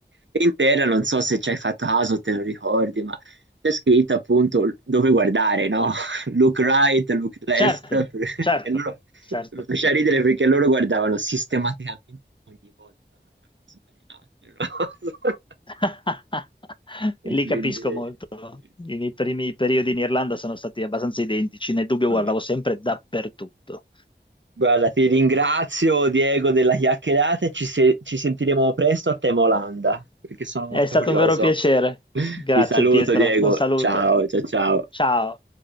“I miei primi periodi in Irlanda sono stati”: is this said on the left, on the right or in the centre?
Left